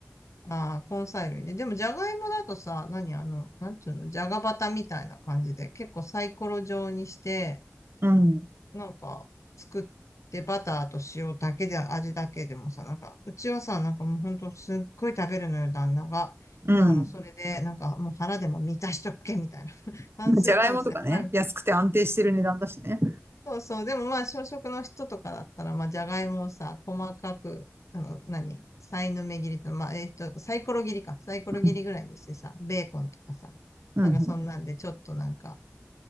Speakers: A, on the left (about 75°); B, on the right (about 50°).
A: ああ、根菜類ね。でも、じゃがいもだとさ、何あの、なんていうの、じゃがバタみたいな感じで、結構サイコロ状にして、
B: うん。
A: なんか、作って、バターと塩だけで、味だけでもさ、なんか、うちはさ、なんかもうほんとすっごい食べるのよ、旦那が。
B: うん。
A: だから、それで、なんか、もう腹でも満たしとけ、みたいな。<laughs> 炭水化物で腹
B: じゃがいもとかね、安くて安定してる値段だしね。
A: そうそう。でもまあ、小食の人とかだったら、まあ、じゃがいもをさ、細かく、あの、何さいの目切りと、まあ、えっと、サイコロ切りか。サイコロ切りぐらいにしてさ、
B: うん。
A: ベーコンとかさ、
B: うん。
A: なんかそんなんで、ちょっとなんか、